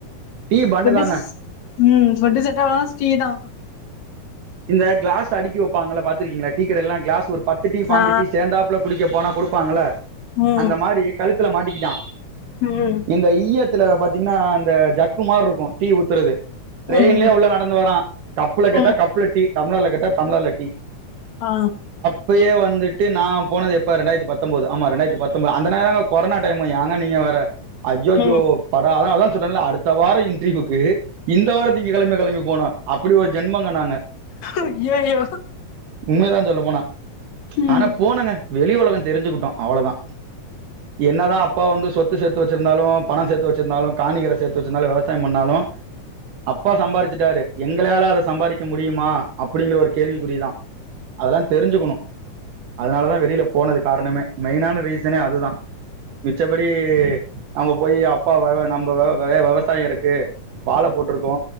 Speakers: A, on the right (about 75°); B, on the left (about 60°).
A: டீ பண்ணு
B: ஃபுட்டு
A: தாங்க
B: ஸ் ம் ஃபுட்டு செட் ஆகலனா டீ தா
A: இந்த கிளாஸ் அடிக்கி வப்பாங்கல்ல பாத்திருக்கீங்களா? டீக்கடைல எல்லா கிளாஸ் ஒரு பத்து டீ பாஞ்சு
B: ஆ
A: டீ சேந்தாப்புல குடிக்கப் போனா குடுப்பாங்கல்ல
B: ம்
A: அந்த மாரி கழு த்துல மாட்டிக்கிட்டா
B: ம்
A: இந்த ஈயத்துல பாத்தீங்கன்னா இந்த ஜ க்கு மார இருக்கு டி ஊத்துறது ட்ரெயின்லயே
B: ம்
A: உள்ள நடந்து வரா கப்புல
B: ம்
A: கேட்டா கப்புல டம்ளர்ல கேட்டா டம்ளர்ல டீ
B: ஆ
A: அப்பயே வந்துட்டு நா போனது எப்போ ரெண்டாயிரத்தி பத்தொம்போது ஆமா ரெண்டாயிரத்தி பத்தொம்போது அந்த நேரங்க கொரோனா டைமு ஏங்க நீங்க வேற ஐயயோ
B: ம்
A: படா அதா அதா சொன்னல்ல அடுத்த வார இன்ட்ரியூவுக்கு இந்த வார திங்கக்கெழம கெளம்பி போனோ அப்பிடி ஒரு ஜென்மங்க நாங்க
B: ஐயையோ
A: உண்மைதா சொல்லப் போனா
B: ம்
A: ஆனா போனங்க வெளி உலகந் தெரிஞ்சுக்கிட்டோ அவ்ளோதா. என்னதா அப்பா வந்து சொத்து சேத்து வச்சிருந்தாலு பணோ சேத்து வச்சிருந்தாலு காணிகர சேத்து வச்சிருந்தாலு வெவசாயம் பண்ணாலு அப்பா சம்பாரிச்சிட்டாரு எங்களையால அத சம்பாரிக்க முடியுமா அப்பிடிங்கிற ஒரு கேள்விக்குறிதா. அதெல்லா தெரிஞ்சுக்கணு. அதனாலதா வெளில போனது காரணமே மெயினான ரீசனே அதுதா. மிச்சபடி நம்ம போயி அப்பா வேவ நம்ம வேவ வெ வெவசாய இருக்கு வாழ போட்ருக்கோ